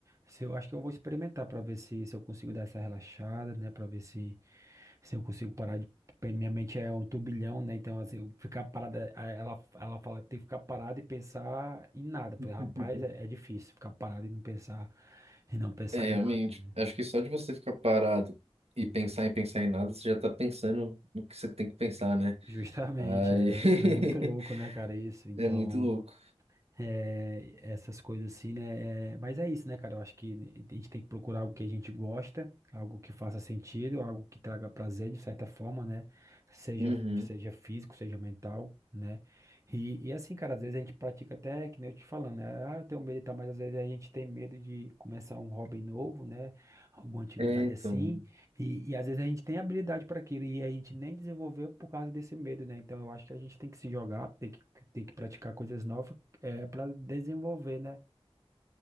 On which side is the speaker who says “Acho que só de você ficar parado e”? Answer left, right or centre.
Right